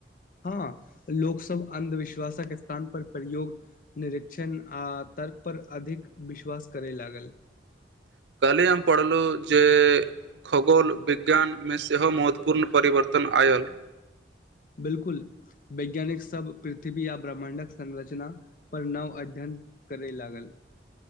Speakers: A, on the left; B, on the right.
A: हँ लोक सब अन्धविश्वासक स्थान पर प्रयोग निरक्षिण आ तर्क पर अधिक विश्वास करै लागल
B: <inaudible> काल्हि हम पढ़लुँ जे खगोल विज्ञानमे सेहो महत्वपूर्ण परिवर्तन तन आयल
A: बिलकुल वैज्ञानिक सब पृथ्वी आ ब्रह्माण्डक संरचना पर नव अध्ययन करय लागल